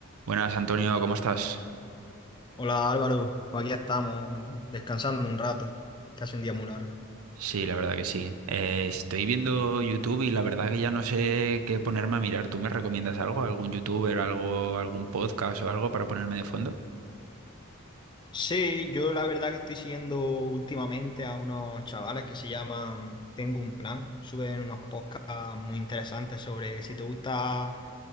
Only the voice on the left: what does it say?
Hola Álvaro, pues aquí estamos descansando un rato, casi un día muy largo.
Sí, yo la verdad que estoy siguiendo últimamente a unos chavales que se llaman Tengo un plan. Suben unos podcasts muy interesantes sobre si te gustan